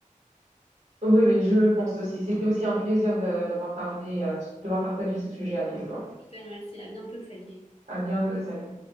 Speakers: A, on the right (about 55°); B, on the left (about 45°).
A: Oui, oui, je le pense aussi. C'était aussi un plaisir de, d'avoir parlé, euh, de devoir partager ce sujet avec toi.
B: Je te remercie, à bientôt, salut.
A: À bientôt, salut.